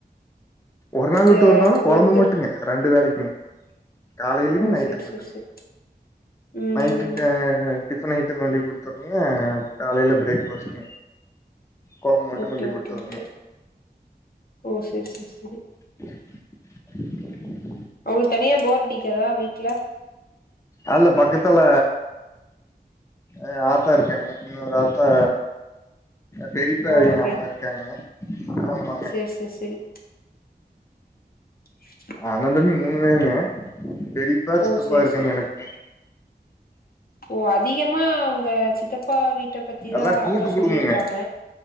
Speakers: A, on the left; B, on the left.
A: ஒரு நாள்
B: இது
A: விட்டு ஒரு நாளு கொழம்பு
B: ஒருத்தர்
A: மட்டுங்க ரெண்டு வேலைக்குங்க காலையிலிம்
B: ஓ
A: நைட்டு
B: செரி
A: மட்டுங்க
B: செரி செரி ம்
A: நைட்டு டா டிஃபன் ஐட்ட வேண்டி குடுத்துறதுங்க காலையில பிரேக்ஃபாஸ்ட்டுங்க குழம்பு மட்டு
B: ஓகே
A: கொண்டு குடுத்துறாங்க
B: ஓகே ஓகே ஓ சேரி சேரி சரி
A: <inaudible>
B: அவுங்களுக்கு தனியா போர் அடிக்கதா வீட்ல
A: அதுல பக்கத்துல ஏ ஆத்தா இருக்காங்க இன்னொரு ஆத்தா பெரித்தாயி
B: ஓ உங்க
A: எங்க அம்மா இருக்காங்க ஆமாங்க
B: செஸ் செரி செரி உ <inaudible>
A: அண்ண தம்பி மூணு பேருங்க பெரியப்பா
B: ஓ
A: சித்தப்பா
B: செரி
A: இருக்காங்க
B: செரி
A: எனக்கு
B: ஓ அதிகமா அவுங்க சித்தப்பா வீட்ட பத்திதா
A: எல்லா கூட்டு
B: அக்கா சொல்லிருக்காங்க
A: குடும்பங்க